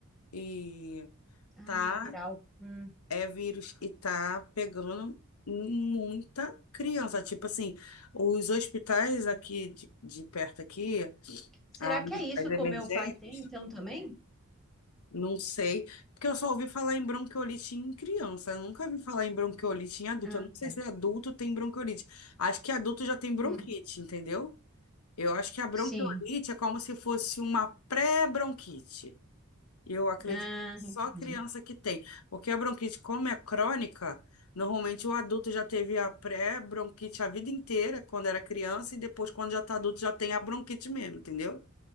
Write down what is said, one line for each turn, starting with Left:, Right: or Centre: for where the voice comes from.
Left: e
Centre: Ah,
Left: tá,
Centre: é viral. Hum.
Left: é vírus e tá pegando muita criança. Tipo assim, os hospitais aqui de, de perto aqui,
Centre: Será
Left: a-
Centre: que é isso
Left: as emergências,
Centre: que o meu pai tem, então, também?
Left: não sei, porque eu só ouvi falar em bronquiolite em criança. Eu nunca vi falar em bronquiolite em adulto.
Centre: Ah,
Left: Eu não sei
Centre: tá.
Left: se adulto tem bronquiolite. Acho que adulto já tem bronquite,
Centre: Uhum.
Left: entendeu? Eu acho que a bronquiolite
Centre: Sim.
Left: é como se fosse uma pré-bronquite. Eu acredito
Centre: Ah,
Left: que só
Centre: entendi.
Left: criança que tem. Porque a bronquite, como é crônica, normalmente o adulto já teve a pré-bronquite a vida inteira, quando era criança, e depois, quando já está adulto, já tem a bronquite mesmo, entendeu?